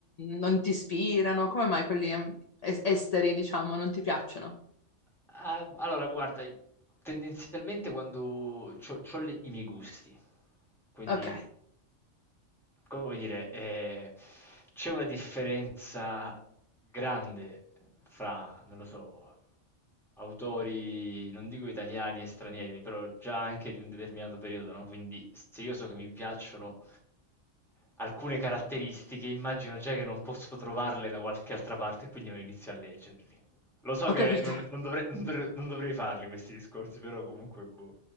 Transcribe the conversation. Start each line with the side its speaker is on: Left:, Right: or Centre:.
Left: non ti ispirano? Come mai quelli em, es- esteri, diciamo, non ti piacciono?
Centre: Ah, allora, guarda, tendenzialmente quando c'ho, c'ho le- i miei gusti, quindi,
Left: Ok.
Centre: come dire, eh, c'è una differenza grande fra, non lo so, autori, non dico italiani e stranieri, però già anche di un determinato periodo, no? Quindi se io so che mi piacciono alcune caratteristiche, immagino già che non posso trovarle da qualche altra parte, quindi non inizio a leggerli. Lo so
Left: Ho
Centre: che
Left: capito.
Centre: non, non dovrei, non dovre- non dovrei farli questi discorsi, però comunque, boh.